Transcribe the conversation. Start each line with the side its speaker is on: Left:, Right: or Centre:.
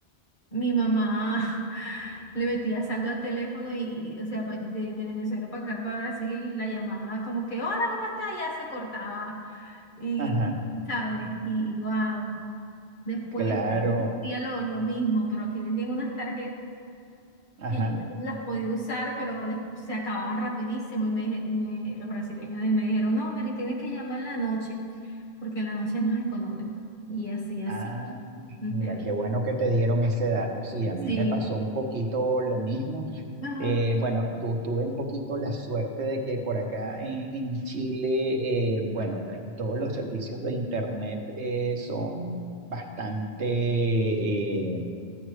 Left: mi mamá <laughs> le metía saldo al teléfono y, o sea, pa- de, de Venezuela para acá, para Brasil, la llamada como que, hola, ¿cómo estás? Y ya se cortaba. Y,
Right: ajá,
Left: y, ¿sabes? Y, wow. Después
Right: claro.
Left: yo hacía lo, lo mismo, pero aquí vendían unas tarjetas
Right: Ajá.
Left: que yo las podía usar, pero des- se acababan rapidísimo. Y me, dije- me- los brasileños me dijeron, no, Mary, tienes que llamar en la noche, porque en la noche es más económico. Y así, así.
Right: Ah,
Left: ¿entiendes?
Right: mira, qué bueno que te dieron ese dato. Sí, a mí
Left: Sí.
Right: me pasó un poquito lo mismo.
Left: Ajá.
Right: Eh, bueno, tu- tuve un poquito la suerte de que por acá en, en Chile, eh, bueno, eh, todos los servicios de Internet eh, son bastante, eh,